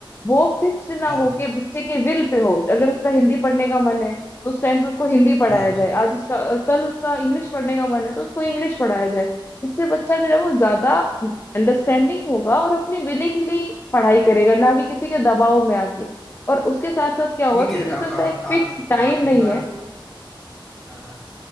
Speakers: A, on the left; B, in the centre.
A: वो फिक्स्ड ना
B: हाँ
A: होके बच्चे के विल पे हो अगर उसका हिंदी पढ़ने का मन है तो उस टाइम पे उसको हिंदी पढ़ाया
B: हाँ
A: जाए आज उसका अ, कल उसका इंग्लिश पढ़ने का मन है तो उसको इंग्लिश पढ़ाया जाए इससे बच्चा जो है वो ज्यादा अंडरस्टैंडिंग होगा और अपनी विलिंगली पढ़ाई करेगा ना कि किसी के दबाव में आके और उसके साथ साथ क्या होगा
B: ठीक
A: कि
B: है
A: क्योंकि
B: अब
A: उसका
B: आप
A: एक फिक्स्ड
B: आप
A: टाइम
B: आपकी
A: नहीं
B: बात
A: है
B: हाँ हाँ